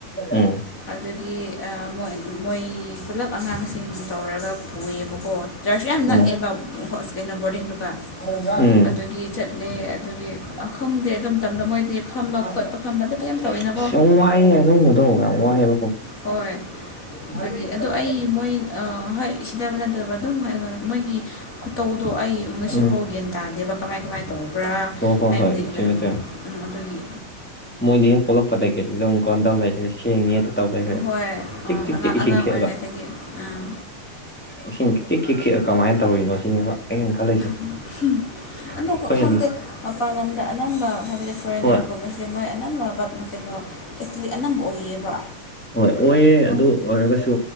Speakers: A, in the centre; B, on the left (about 25°).
A: ꯎꯝ
B: ꯑꯗꯒꯤ ꯑꯥ ꯃꯣꯏ ꯃꯣꯏ ꯄꯨꯂꯞ ꯑꯉꯥꯡꯁꯤꯡ ꯇꯧꯔꯒ ꯄꯨꯌꯦꯕꯀꯣ ꯆꯔꯁꯁꯨ ꯌꯥꯝ
A: ꯎꯝ
B: ꯅꯛꯑꯦꯕ <unintelligible> ꯀꯩꯅꯣ ꯕꯣꯔꯗꯤꯡꯗꯨꯒ
A: ꯎꯝ <unintelligible>
B: ꯑꯗꯨꯒꯤ ꯆꯠꯂꯦ ꯑꯗꯨꯒꯤ ꯈꯪꯗꯦ ꯑꯗꯨ ꯃꯇꯝꯗ ꯃꯣꯏꯗꯤ ꯐꯝꯕ
A: ꯑꯁ
B: ꯈꯣꯠꯄ ꯐꯝꯕ ꯂꯦꯞꯄ ꯌꯥꯝ ꯇꯧꯋꯤꯅꯀꯣ
A: ꯌꯥꯝ ꯋꯥꯏꯑꯦ ꯑꯗꯨꯒꯨꯝꯕꯗꯣ ꯌꯥꯝ ꯋꯥꯏꯌꯦꯕ
B: ꯍꯣꯏ
A: <unintelligible>
B: ꯑꯗꯒꯤ ꯑꯗꯣ ꯑꯩ ꯃꯣꯏ ꯑꯥ ꯍꯣꯏ ꯁꯤꯗꯕ ꯅꯠꯇꯕ ꯑꯗꯨꯝ ꯍꯥꯏ ꯑꯩꯉꯣꯟꯗ ꯃꯣꯏꯒꯤ ꯈꯨꯇꯧꯗꯣ ꯑꯩ ꯉꯁꯤ
A: ꯎꯝ
B: ꯐꯥꯎ ꯒ꯭ꯌꯥꯟ ꯇꯥꯗꯦꯕ ꯀꯃꯥꯏ ꯀꯃꯥꯏ ꯇꯧꯕ꯭ꯔꯥ
A: ꯍꯣꯏ ꯍꯣꯏ
B: ꯍꯥꯏꯕꯗꯤ
A: ꯍꯣꯏ
B: ꯀꯩꯅꯣ
A: ꯆꯨꯝꯃꯦ ꯆꯨꯝꯃꯦ
B: ꯎꯝ ꯑꯗꯨꯒꯤ
A: ꯃꯣꯏꯗꯤ ꯍꯦꯛ ꯄꯣꯛꯂꯛꯄꯗꯒꯤꯗꯤ ꯑꯗꯨꯝ <unintelligible>
B: ꯍꯣꯏ
A: <unintelligible> ꯆꯤꯛ ꯆꯤꯛ
B: ꯑꯉꯥꯡ
A: ꯆꯤꯛ ꯏꯁꯤꯡ
B: ꯑꯉꯥꯡ
A: ꯈꯤꯛꯑꯒ
B: ꯑꯣꯏꯔꯤꯉꯩꯗꯒꯤ ꯑꯥ
A: ꯏꯁꯤꯡ ꯀꯤꯛꯈꯤꯛ ꯈꯤꯛꯑꯒ ꯀꯃꯥꯏꯅ ꯇꯧꯔꯤꯅꯣ ꯁꯤꯅꯦꯕ ꯑꯩꯅ ꯈꯜꯂꯤꯁꯦ
B: <unintelligible> ꯑꯗꯨꯀ
A: ꯑꯩꯈꯣꯏꯅ
B: ꯈꯪꯗꯦ ꯃꯄꯥꯟ ꯂꯝꯗ ꯑꯅꯝꯕ ꯍꯥꯏꯕꯗꯤ ꯐꯣꯔꯦꯟꯅꯔꯒꯨꯝꯕꯁꯦ__
A: ꯍꯣꯏ
B: <unintelligible> ꯃꯣꯏ ꯑꯅꯝꯕ ꯕꯥꯕ ꯀꯩꯅꯣ ꯀꯦꯊꯂꯤꯛ ꯑꯅꯝꯕ ꯑꯣꯏꯌꯦꯕ
A: ꯍꯣꯏ ꯑꯣꯏꯌꯦ ꯑꯗꯨ ꯑꯣꯏꯔꯒꯁꯨ